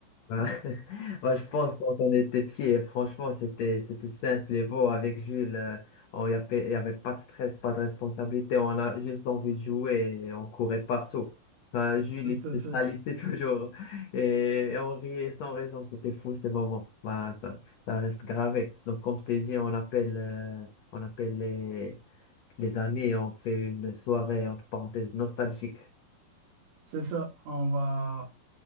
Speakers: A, on the left; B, on the right.
A: Bah, <laughs> bah, je pense quand on était pieds, franchement, c'était, c'était simple et beau avec Jules. euh, on y avait, il y avait pas de stress, pas de responsabilité. On a juste envie de jouer et on courait partout. Bah,
B: <laughs>
A: Jules,
B: Tout
A: il se
B: à fait.
A: salissait <laughs> toujours et et on riait sans raison. C'était fou ces moments. Bah, ça, ça reste gravé. Donc, comme je t'ai dit, on appelle, euh, on appelle les, les amis et on fait une soirée, entre parenthèses, nostalgique.
B: C'est ça. On va,